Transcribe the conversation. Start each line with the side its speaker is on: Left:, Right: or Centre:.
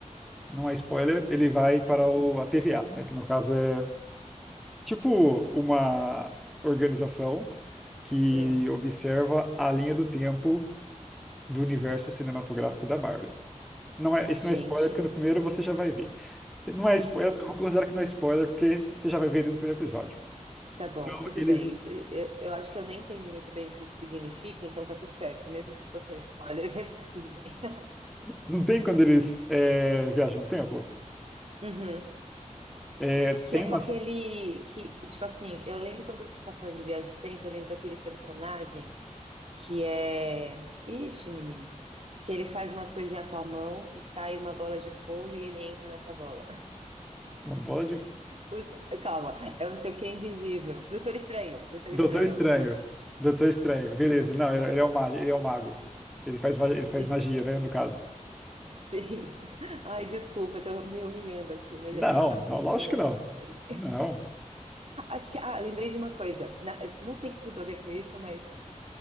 Centre: não é spoiler, ele vai para
Right: uhum,
Centre: o, a TVA, né? Que no caso é tipo uma organização que
Right: uhum.
Centre: observa a linha do tempo do universo cinematográfico da Marvel. Não é, isso não
Right: Gente,
Centre: é spoiler, porque no primeiro você já vai ver. Se não é spoiler,
Right: entendi.
Centre: eu vou considerar que não é spoiler, porque você já vai ver ele no primeiro episódio.
Right: Tá bom,
Centre: Então,
Right: tudo
Centre: eles.
Right: bem. Isso- eu, eu acho que eu nem entendi muito bem o que isso significa, então tá tudo certo. Mesmo se fosse um spoiler, <laughs> vai ficar tudo bem.
Centre: Não tem quando eles é, viajam no tempo?
Right: Uhum.
Centre: É,
Right: Que
Centre: tem
Right: é
Centre: uma,
Right: com aquele. Que, tipo assim, eu lembro quando você tá falando de viagem de tempo, eu lembro daquele personagem que é. Ixi, menino. Que ele faz umas coisinhas com a mão e sai uma bola de fogo e ele entra nessa bola.
Centre: uma bola de.
Right: <laughs> Os- Calma, é um não sei o que invisível. Doutor Estranho, Doutor
Centre: Doutor
Right: Estranho,
Centre: Estranho.
Right: alguma coisa assim.
Centre: Doutor Estranho, beleza. Não, ele, ele é um mago, ele é um mago. Ele faz, ma- ele faz
Right: Isso,
Centre: magia, né, no caso.
Right: sim. <laughs> Ai, desculpa, eu tô me humilhando aqui, mas
Centre: Não,
Right: aqui eu realmente
Centre: não, lógico
Right: não
Centre: que não.
Right: sou nerd.
Centre: Não.
Right: Acho que. Ah, lembrei de uma coisa. Na- Não tem tudo a ver com isso, mas.